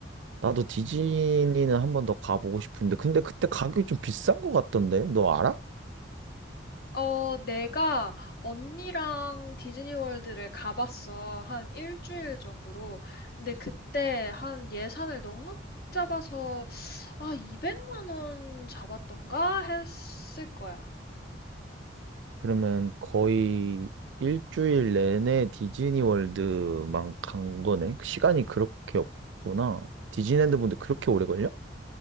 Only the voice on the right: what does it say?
나도 디즈니는 한 번 더 가보고 싶은데, 근데 그때 가격이 좀 비싼 것 같던데? 너 알아?
그러면 거의 일주일 내내 디즈니 월드만 간 거네? 시간이 그렇게 없구나. 디즈니랜드 분들 그렇게 오래 걸려?